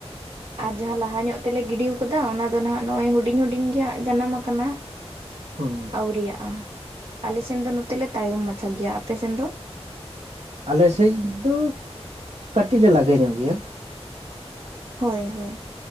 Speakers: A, on the right; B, on the right.
A: ᱟᱪᱪᱷᱟ
B: ᱟᱨ ᱡᱟᱸᱦᱟᱸ
A: ᱟᱪᱪᱷᱟ
B: ᱞᱟᱦᱟ ᱧᱚᱜᱼᱼ ᱛᱮᱞᱮ ᱜᱤᱰᱤᱣ ᱠᱟᱫᱟ ᱚᱱᱟ ᱫᱚ ᱱᱟᱜ ᱱᱚᱜᱼᱚᱭ ᱦᱩᱰᱤᱧ ᱦᱩᱰᱤᱧ ᱜᱮ ᱦᱟᱸᱜ ᱡᱟᱱᱟᱢ ᱟᱠᱟᱱᱟ ᱾
A: ᱦᱩᱸ
B: ᱟᱹᱣᱨᱤᱭᱟᱜᱼᱟ, ᱟᱞᱮ ᱥᱮᱱ ᱫᱚ ᱱᱚᱛᱮ ᱞᱮ ᱛᱟᱭᱚᱢ ᱢᱟᱪᱷᱟ ᱜᱮᱭᱟ ᱾ ᱟᱯᱮ ᱥᱮᱱ ᱫᱚ?
A: ᱟᱞᱮ ᱥᱮᱡ ᱫᱚ ᱠᱟᱹᱴᱤᱡ ᱞᱮ ᱞᱟᱜᱮ ᱧᱚᱜ ᱜᱮᱭᱟ ᱾
B: ᱦᱳᱭ ᱦᱳᱭ᱾